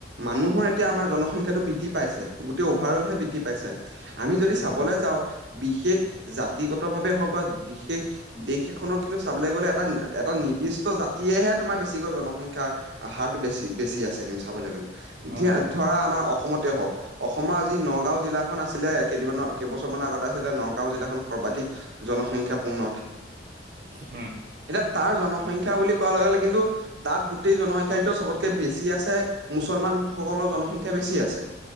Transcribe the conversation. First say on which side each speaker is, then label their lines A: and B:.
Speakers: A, on the right (about 75°); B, on the right (about 50°).
A: মানুহৰ এতিয়া আমাৰ জনসংখ্যাটো বৃদ্ধি পাইছে। গোটেই উভাৰ হলহে বৃদ্ধি পাইছে। আমি যদি
B: হয়
A: চাবলে
B: হয়
A: যাওঁ বিশেষ জাতিগত ভাৱে হওক বা বিশেষ দেশ এখনত কিন্তু চাবলে গলে এটা এটা নিৰ্দিষ্ট জাতিয়েহে তোমাৰ বেছিকৈ জনসংখ্যা হাৰটো বেছি বেছি আছে কিন্তু চাবলে গলে।
B: হয়,
A: ধিয়া
B: হয়,
A: ধৰা
B: হয়,
A: আমাৰ অসমতে হওক। অসমৰ আজি নগাঁও জিলাখন আছিলে কেইদিমানৰ কেইবছৰমান আগত আছ ধৰি লোৱা নগাঁও জিলাখন সৰ্বাধিক জনসংখ্যা পূৰ্ণ
B: হয়।
A: এতিয়া তাৰ জনসংখ্যা বুলি কোৱা লগে লগে কিন্তু তাত গোটেই জনসংখ্যা ভিতত চবতকে বেছি আছে মুছলমানসকলৰ জনসংখ্যা বেছি আছে।